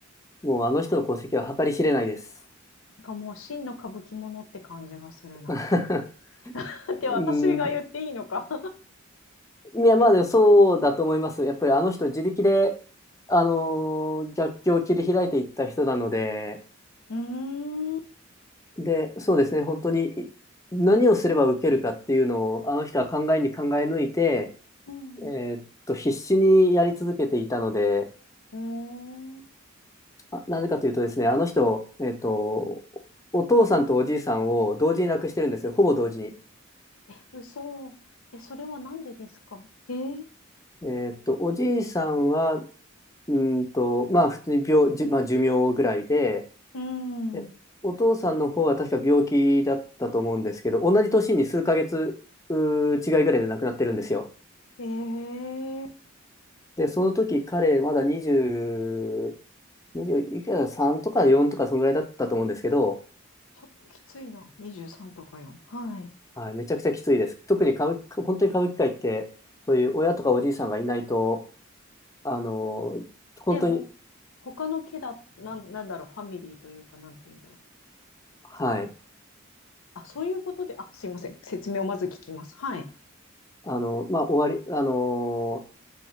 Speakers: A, on the left; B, on the left.
A: もうあの人の功績は計り知れないです。
B: なんかもう真の歌舞伎者って感じがするな。
A: <laughs>
B: <laughs> って私が言っていいのか
A: うーん。いや、まあ、
B: <laughs> え、
A: でもそうだと思います。やっぱりあの人自力で、あのー逆境を切り開いていった人なので、
B: うーん、
A: で、そうですね、本当にい何をすれば受けるかっていうのを、あの人は考えに考え抜いて、
B: うん、
A: えーっと、必死にやり続けていたので、
B: うーん、
A: あ、なぜかというとですね、あの人、えーっと、お父さんとおじいさんを同時に亡くしてるんですよ、ほぼ同時に。
B: え、嘘。え、それはなんでですかえー
A: えーっと、おじいさんは、うーんと、まあ、普通に病、じまあ、寿命ぐらいで、
B: うん。
A: でお父さんの方は確か病気だったと思うんですけど、同じ年に数ヶ月、うー違いぐらいで亡くなってるんですよ。
B: ええ
A: で、その時彼、まだ20、20、にじゅういくら3とか4とか、そのぐらいだったと思うんですけど、
B: ちょっときついな。23とかよ。はい。
A: はい、めちゃくちゃきついです。特に歌舞伎、本当に歌舞伎界って、そういう親とかおじいさんがいないと、あの、本当に、
B: ね、ほ、他の家だ、なん、なんだろう、ファミリーというか、なんていうんだろう。
A: はい、
B: あ、そういうことで、あ、すいません。説明をまず聞きます。はい。
A: あの、まあ、終わり、あの、